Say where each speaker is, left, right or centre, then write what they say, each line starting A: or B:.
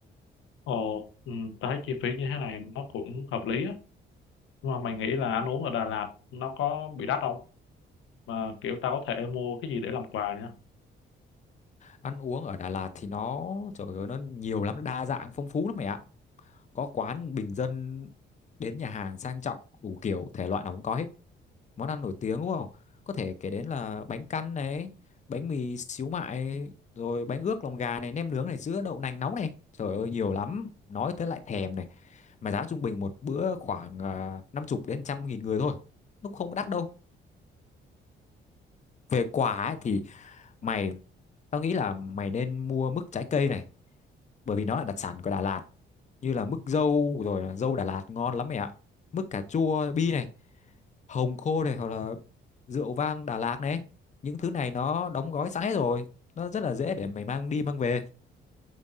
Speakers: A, on the left; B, on the left.
A: ồ ừ, tao thấy chi phí như thế này nó cũng hợp lý á nhưng mà mày nghĩ là ăn uống ở Đà Lạt nó có bị đắt không mà kiểu tao có thể mua cái gì để làm quà nhá
B: ăn uống ở Đà Lạt thì nó trời ơi nó nhiều lắm nó đa dạng phong phú lắm mày ạ có quán bình dân đến nhà hàng sang trọng đủ kiểu thể loại nào cũng có hết món ăn nổi tiếng đúng không có thể kể đến là bánh căn này bánh mì xíu mại rồi bánh ướt lòng gà này nem nướng này sữa đậu nành nóng này trời ơi nhiều lắm nói tới lại thèm này mà giá trung bình một bữa khoảng à, năm chục đến trăm nghìn người thôi nó cũng không có đắt đâu về quả ấy, thì mày tao nghĩ là mày nên mua mứt trái cây này bởi vì nó là đặc sản của Đà Lạt như là mứt dâu rồi là dâu Đà Lạt ngon lắm mày ạ mứt cà chua bi này hồng khô này hoặc là rượu vang Đà Lạt này những thứ này nó đóng gói sẵn hết rồi nó rất là dễ để mày mang đi mang về